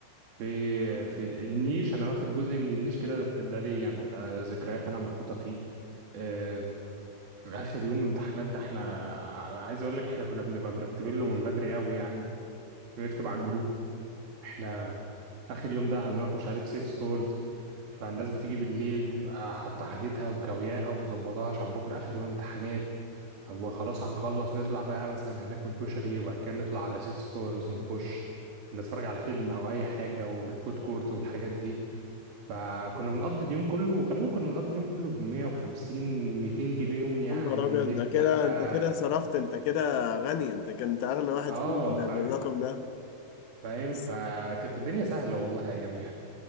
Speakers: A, on the right; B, on the left.
A: في في النيش انا واخد جزء من النيش كده ده ده ليا انا ده ذكريات انا محطوطه فيه آه، اخر يوم امتحانات ده احنا عايز اقول لك احنا كنا بنبقى مرتبين له من بدري قوي يعني بنكتب على الجروب احنا اخر يوم ده هنروح مش عارف سيت ستورز فالناس بتيجي بالليل تبقى حاطه حاجتها وكوياها ومظبطاها عشان بكره اخر يوم امتحانات هو خلاص هنخلص نطلع بقى مثلا هناكل كشري وبعد كده نطلع على سيت ستورز ونخش نتفرج على فيلم او اي حاجه والفود كورت والحاجات دي فكنا بنقضي اليوم كله غالبا كنا بنقضي اليوم كله ب 150 200 جنيه يوم يعني
B: يا نهار ابيض
A: ما نبقى
B: ده كده انت كده صرفت انت كده غني انت كنت اغنى واحد
A: اه
B: فينا بال-
A: فاهم
B: بالرقم ده
A: فاهم
B: بس
A: فكانت الدنيا سهلة والله اياميها